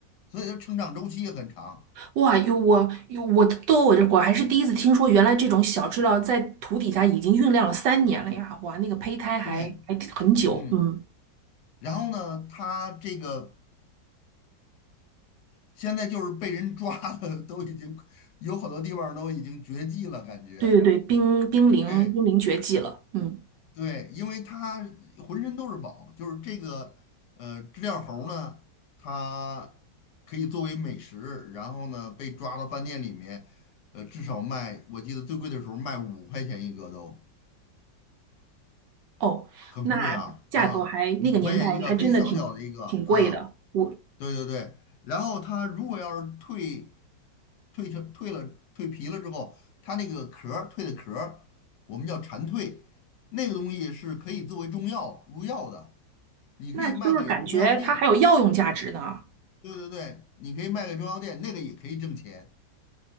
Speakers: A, on the left (about 70°); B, on the right (about 75°).
A: 所以它成长周期也很长。
B: 哇，哟，我哟，我都我这我还是第一次听说，原来这种小知了在土底下已经酝酿了三年了呀！哇，那个胚胎还还挺很久，
A: 对，嗯，
B: 嗯，
A: 然后呢，它这个。现在就是被人抓了，<laughs> 都已经有好多地方都已经绝迹了，感觉。
B: 对对对，濒濒临濒临绝迹了，
A: 哎，
B: 嗯，
A: 对，因为它浑身都是宝，就是这个呃知了猴呢，它可以作为美食，然后呢被抓到饭店里面，呃至少卖，我记得最贵的时候卖五块钱一个都
B: 哦，
A: 很贵啊啊，
B: 那价格还那个年代还真的挺挺贵的，
A: 五块钱一个，很小小的一个啊。
B: 我
A: 对对对，然后它如果要是蜕蜕成蜕了蜕皮了之后，它那个壳儿蜕的壳儿，我们叫蝉蜕，那个东西是可以作为中药入药的，你可以卖给中药店。
B: 那就是感觉它还有药用价值呢，
A: 对对对，你可以卖给中药店，那个也可以挣钱。